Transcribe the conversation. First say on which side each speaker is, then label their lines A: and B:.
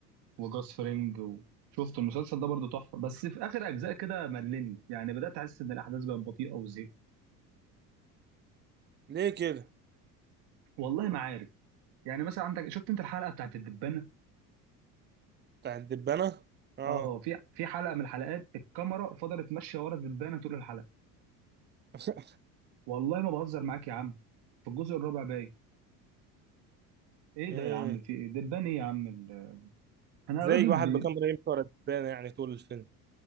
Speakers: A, on the right; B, on the right.
A: وجاس فرينج و... شفت المسلسل ده برضه تحفه بس في اخر اجزاء كده ملني يعني بدات احس ان الاحداث بقت بطيئه وزهقت
B: ليه كده
A: والله ما عارف يعني مثلا عندك شفت انت الحلقه بتاعت الدبانه
B: بتاع الدبانة اه
A: اه في في حلقه من الحلقات الكاميرا فضلت ماشيه ورا الدبانه طول الحلقه
B: <laughs>
A: والله ما بهزر معاك يا عم في الجزء الرابع باين ايه
B: امم
A: ده يا عم في دبان ايه يا عم ال- انا
B: زي
A: راجل
B: واحد
A: بي...
B: بكاميرا يمشي ورا الدبانة يعني طول الفيلم